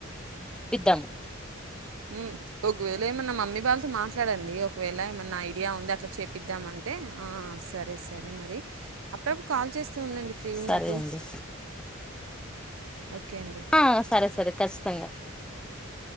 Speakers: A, in the centre; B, on the right.
A: పిద్దము
B: హు ఒకవేళ ఏమన్నా మమ్మీ వాళ్ళతో మాట్లాడండి ఒకవేళ ఏమన్నా ఐడియా ఉంది అంటే చూపిద్దాం అంటే ఆ సరే సరే మరి అప్పుడప్పు కాల్ చేస్తూ ఉండండి ఫ్రీ ఉన్నప్పుడు.
A: సరే అండి
B: ఓకే అండి.
A: ఆ సరే సరే ఖచ్చితంగా